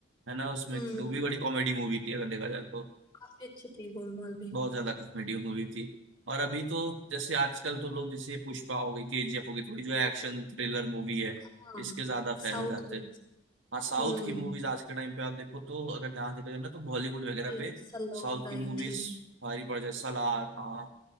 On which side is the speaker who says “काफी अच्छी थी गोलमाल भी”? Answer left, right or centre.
Left